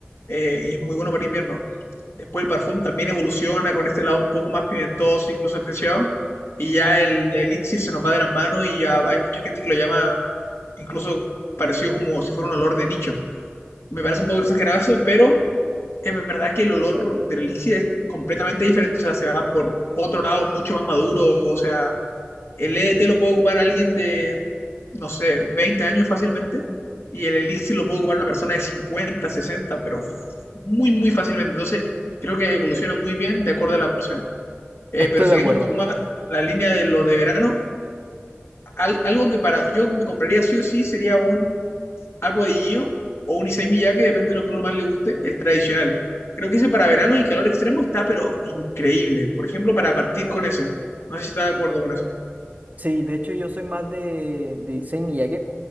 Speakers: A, on the left; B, on the right.
A: eh, y es muy bueno para invierno. Después el parfum también evoluciona con este lado un poco más pimentoso, incluso especiado y ya el elixir se nos va de las manos y ya hay mucha gente que lo llama incluso parecido como si fuera un olor de nicho. Me parece un poco exagerado eso, pero es verdad que el olor del elixir es completamente diferente, o sea, se va por otro lado mucho más maduro, o sea, el EDT lo puede ocupar alguien de, no sé, 20 años fácilmente y el elixir lo puede ocupar una persona de 50 60 pero muy, muy fácilmente. Entonces, creo que evoluciona muy bien de acuerdo a las versiones. Eh,
B: Estoy
A: pero siguiendo
B: de acuerdo.
A: un poco más la línea de lo de verano, al- algo que para yo me compraría sí o sí sería un Aqua di Gio o un Issey Miyake, depende de lo que uno más le guste, el tradicional. Creo que ese para verano y calor extremo está, pero increíble. Por ejemplo, para partir con ese. No sé si estás de acuerdo con eso.
B: Sí, de hecho yo soy más de, de Issei Miyake.